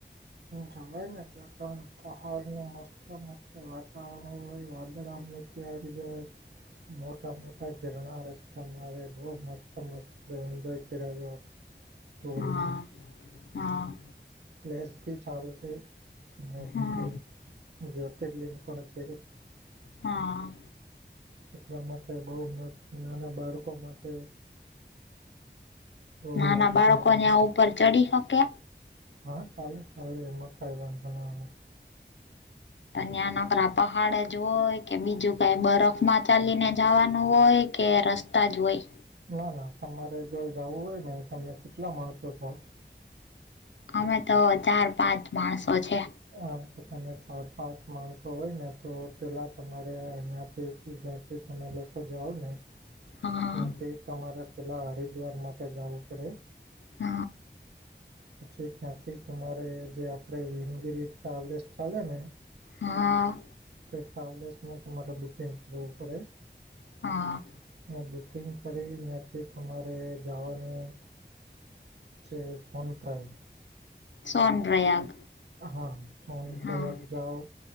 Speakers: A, on the right; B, on the left.
A: જવાય જતા પહાડનું મસ્ત મસ્ત વાતાવરણ હોય વાંદળામ <inaudible> મોટ મોટી <inaudible> રસ્તામાં આવે બહ મસ્ત મસ્ત એન્જોય કરેલો એવું
B: હા
A: છે
B: હા.
A: પ્લેસ ભી સારું છે. હબે
B: હા
A: ત્યાં જ્યોતિર્લિંગ પણ છે,
B: હા
A: એટલા માટે બહુ મસ્ત નાના બાળકો માટે, બહુ
B: નાના
A: મસ્ત
B: બાળકો
A: મસ્ત
B: ન્યા ઉપર ચડી શકે,
A: હા ચાલે ચાલે એમાં કંઈ વાંધો ના આવે.
B: ન્યા નકરા પહાડ જ હોય કે બીજું કાઈ બરફમાં ચાલીને જવાનું હોય કે રસ્ તાજ હોય.
A: નાના તમારે જો જાવું હોય ને તમે કેટલા માણસો છો,
B: અમે તો ચાર પાંચ માણસો છે,
A: આમ કે તમે ચાર પાંચ માણસો હોયને તો પેલા તમારે અહીંયાથી જ. તમે લોકો જાવને,
B: હા
A: ત્યાંથી તમારે પેલાં હરિદ્વાર માટે જાવું પડે,
B: હ,
A: પછી ત્યાંથી તમારે જે આપણે મગરી ટ્રાવેલર્સ ચાલે ને,
B: હ,
A: કે ટ્રાવેલ્સન તમારે બુકિંગ કરવું પડે
B: હા
A: અને બુકિંગ, ફરી ન્યાથી તમારે જાવાનું છે, સોન પ્રાય
B: સોનપ્રયાગ,
A: હા સોનપ્રયાગ
B: હા
A: જાવ